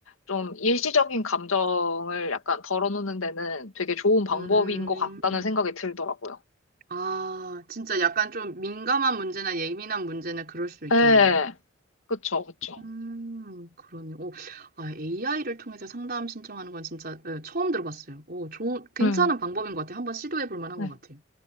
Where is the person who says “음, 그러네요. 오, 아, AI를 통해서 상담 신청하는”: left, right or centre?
Right